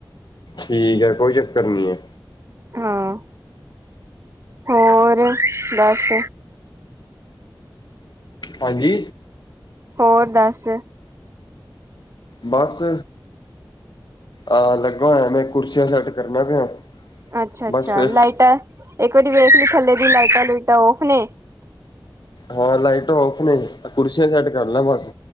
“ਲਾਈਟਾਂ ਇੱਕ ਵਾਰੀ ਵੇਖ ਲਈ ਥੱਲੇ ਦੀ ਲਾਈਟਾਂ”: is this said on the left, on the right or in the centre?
Right